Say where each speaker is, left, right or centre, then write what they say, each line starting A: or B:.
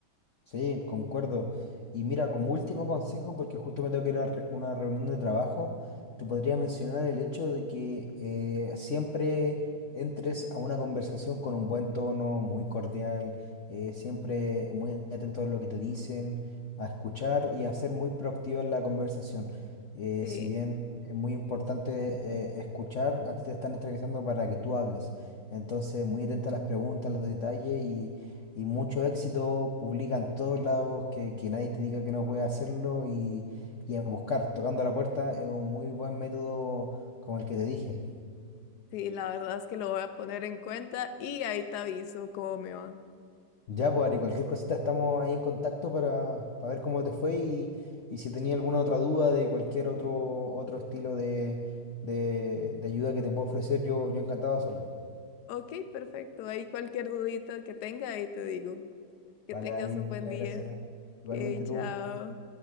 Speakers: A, on the left; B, on the left.
A: Sí, concuerdo. Y mira, como último consejo, porque justo me tengo que ir a re- una reunión de trabajo, te podría mencionar el hecho de que eh, siempre entres a una conversación con un buen tono, muy cordial, eh, siempre muy atento a lo que te dicen, a escuchar y a ser muy proactivo en la conversación. Eh,
B: Sí,
A: si bien es muy importante eh, escuchar, a ti te están entrevistando para que tú hables. Entonces, muy atenta a las preguntas, a los detalles y mucho éxito, publica en todos lados, que, que nadie te diga que no puedes hacerlo y, y a buscar, tocando a la puerta, es un muy buen método como el que te dije.
B: sí, la verdad es que lo voy a poner en cuenta y ahí te aviso cómo me va.
A: Ya, pues, Ari, cualquier cosita estamos ahí en contacto para, para ver cómo te fue y, y si tenía alguna otra duda de cualquier otro, otro estilo de, de, de ayuda que te puedo ofrecer, yo, yo encantado de hacerlo.
B: Ok, perfecto. Ahí cualquier dudita que tenga, ahí te digo. Que
A: Vale,
B: tengas
A: Ari,
B: un
A: muchas
B: buen día.
A: gracias. Igualmente
B: Ok, chao.
A: tú.